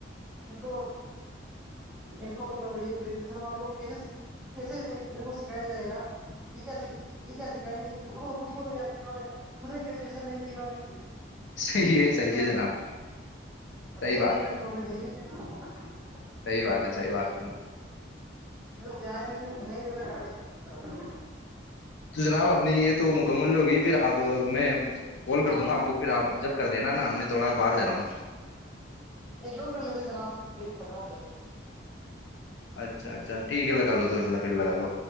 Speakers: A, in the centre; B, on the left.
A: ہو <unintelligible> ان کو مطلب یہی گریجویشن والوں کو کیسے کیس ان کو سکھایا جائے گا یہ یہ کیا سکھائیں گے کو خود کو نہیں آتی انہوں نے خود نے گریجویشن نہیں کی انہوں نے
B: صحیح ہے صحیح
A: نیتوں
B: ہے
A: نے
B: جناب
A: اور
B: صحیح
A: یہ
B: بات
A: اپنے کچھ
B: ہے <unintelligible>
A: <inaudible>
B: ی بات ہے صحی بات ہے ن <unintelligible>
A: د نہیں نہیں دیتا کر طرف <unintelligible>
B: تو جناب اپنی یہ تو مکمل ہوگی پھر اب میں کال کر
A: ہاں
B: دوں گا
A: جناب
B: آپ کو پھر آپ جب کر دینا نا میں <unintelligible> تھوڑا باہر جا رہا ہوں <unintelligible>
A: ایکور کر لیتے جناب پندرہ ہو ج <unintelligible>
B: اچھا اچھا ٹھیک ہے لگا لو تو اس ل پھر لگا لو